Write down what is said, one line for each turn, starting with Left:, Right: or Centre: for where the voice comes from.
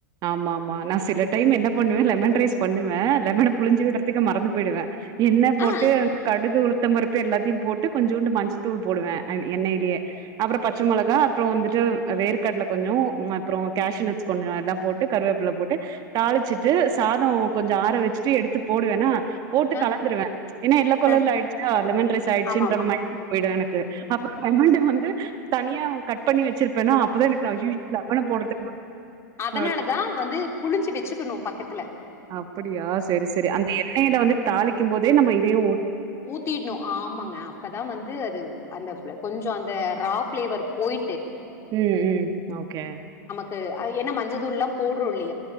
Right: ஆமா ஆமா நா சில டைம் என்ன பண்ணுவே லெமன் ரைஸ் பண்ணுவ லெமன புழிஞ்சு விட்றத்துக்கு மறந்து போய்டுவே எண்ண போட்டு
Left: ஆ
Right: கடுகு உளுத் த்தம்பருப்பு எல்லாத்தையு போட்டு கொஞ்சோண்டு மஞ்சத்தூள் போடுவே அ எண்ணெய்லே அப்றம் பச்ச
Left: ஆ.
Right: மொளகா அப்ரோ வந் <unintelligible> அ வேர்கட்ல கொஞ்சோ அப்றம் கேஷுனட்ஸ் கொஞ்சோ எல்லா போட்டு கருவேப்ல போட்டு தாளிச்சிட்டு சாதோ கொஞ்சோ ஆற வச்சுட்டு எடுத்து போடுவேனா போட்டு
Left: அ
Right: கலந்துருவே ஏனா எல்லோ கலர்ல
Left: அ
Right: ஆயிடுச்சா லெமன் ரைஸாயிச்சுன்ற
Left: ஆமாமா
Right: மைண்ட் <unintelligible> போய்டு எனக்கு அப்புறம் லெமன் ட வந்து தனியா கட் பண்ணி வச்சிருப்பேனா அப்பதா எனக்கு <unintelligible> அய்யியோ லெமன போட்றத்துக்கு <unintelligible>
Left: அதனால தா வந்து புழிஞ்சி வெச்சுக்கணு பக்கத்துல
Right: அப்புடியா சேரி சேரி அந்த எண்ணெய்ல வந்து தாலி க்கும் போதே நம்ம இதையு
Left: ஊத்தின்னு ஆமாங்க அப்பதா வந்து அது அந்த ஃப கொஞ்சோ அந்த ரா ஃபிளேவர் போயி
Right: ம் ம் ஓகே
Left: து என்ன மஞ்சதூள் எல்லா போடுறோல்லி